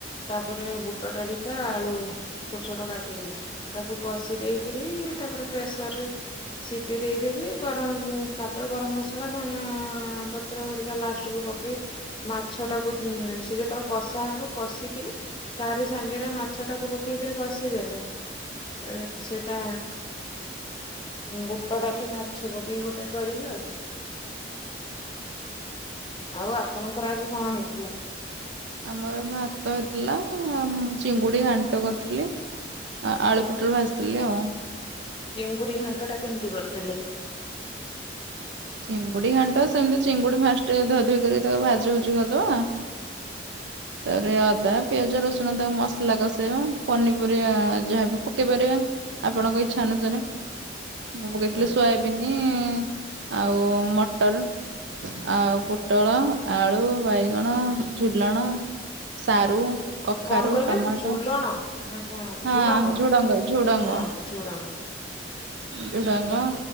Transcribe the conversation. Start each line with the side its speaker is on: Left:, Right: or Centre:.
Left: ତାପରେ ବୁଟ ଡାଲିଟା ଆଳୁ ଛୋଟ ଛୋଟ କାଟିକିରି। ତାକୁ କଶି ଦେଇକିରି ତାପରେ ପ୍ରେସର ରେ ସିଟି ଦେଇଦେବି ଗରମ ଯଉ ତାପରେ ଗରମ ମସଲା ଧନିଆ ପତ୍ର ହେରିକା ଲାଷ୍ଟକୁୁ ପକେଇକି ମାଛଟାକୁ ସେ ଯେତେବେଳେ କଷା ହବ କଷିକିରି ତାରି ସାଙ୍ଗରେ ମାଛ ଟାକୁ ପକେଇକି କଷିଦେଲେ ଏଁ ସେଇଟା ବୁଟ ଡାଲି ମାଛ ପକେଇକି ଗୋଟା ଚରିବି ଆଉ। ଆଉ ଆପଣଙ୍କର ଆଜି କଣ ହେଇଥିଲା?
Right: ଆମର ଭାତ ହେଇଥିଲା, ଆମେ ଚିଙ୍ଗୁଡି ଘାଣ୍ଟ କରିଥିଲୁ। ଆ ଆଳୁ ପୋଟଳ ଭାଜିଥିଲି ଆଉ।
Left: ଚିଙ୍ଗୁଡି ଘାଣ୍ଟଟା କେମିତି କରିଥିଲେ?
Right: ଚିଙ୍ଗୁଡି ଘାଣ୍ଟ ସେମିତି ଚିଙ୍ଗୁଡି ଫାଷ୍ଟରେ ଧୁଆ ଧୁଇ କରି ତାକୁ ଭାଜି ଭୁଜି କରିଦବା। ତା ପରେ ଅଦା, ପିଆଜ, ରସୁଣ ତାକୁ ମସଲା କଷେଇବା, ପନିପରିବା ଯାହା ବି ପକେଇ ପାରିବା। ଆପଣଙ୍କ ଇଚ୍ଛା ଅନୁସାରେ ମୁଁ ପକେଇଥିଲି
Left: ହଁ
Right: ସୋୟା ଉଁ ଆଉ ମଟର ଆଉ ପୋଟଳ, ଆଳୁ, ବାଇଗଣ, ଝୁଲଣ ସାରୁ କଖାରୁ,
Left: କଣ କହିଲେ
Right: ଟମାଟୋ।
Left: ଝୁଲଣ ନା କଣ
Right: ହଁ,
Left: ଝୁଡଙ୍ଗ?
Right: ଝୁଡ଼ଙ୍ଗ ଝୁଡ଼ଙ୍ଗ
Left: ହଁ ଝୁଡଙ୍ଗ।
Right: ଝୁଡ଼ଙ୍ଗ